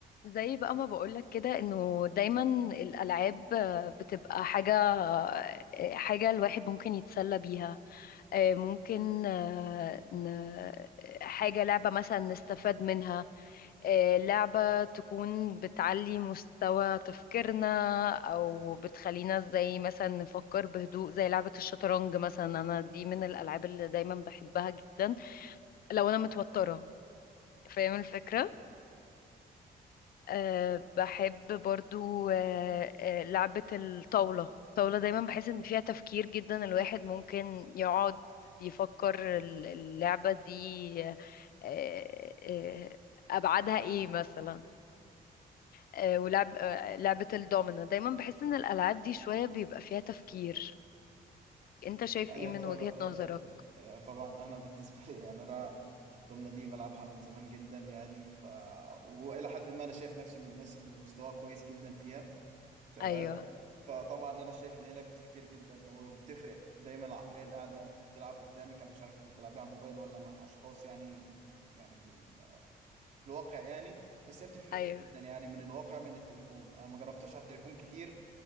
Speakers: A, on the left; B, on the right.
A: زي بقى ما بقولك كده انه دايما الالعاب آه، بتبقى حاجه آه، حاجه الواحد ممكن يتسلى بيها آه، ممكن آه، ن- حاجه لعبه مثلا نستفاد منها آه، لعبه تكون بتعلي مستوى تفكيرنا او بتخلينا زي مثلا نفكر بهدوء زي لعبه الشطرنج مثلا انا دي من الالعاب اللي دايما بحبها جدا لو انا متوتره فاهم الفكره أه بحب برضو أه آه، لعبة الطاولة الطاولة دايما بحس ان فيها تفكير جدا الواحد ممكن يقعد يفكر ال- اللعبة دي أه أه أبعادها ايه مثلا أه ولعب أه لعبة الدومينو دايما بحس ان الألعاب دي شوية بيبقى فيها تفكير انت شايف
B: هي
A: ايه من
B: طبعا
A: وجهة نظرك
B: هي طبعا انا بالنسبه لي يعني انا الضمنه دي بلعبها من زمان جدا يعني ف والى حد ما انا شايف نفسي من الناس اللي مستواها كويس جدا فيها تمام
A: ايوه
B: فطبعا انا شايف ان هي لعبه تفكير جدا وبتفرق دايما العقليه اللي قاعده بتلعب قدامك انا مش عارف انت بتلعبيها على الموبايل ولا مع اشخاص يعني يعني في ال... في الواقع يعني بس هي بتفرق
A: ايوه
B: جدا يعني من الواقع من التليفون انا ما جربتهاش على التليفون كتير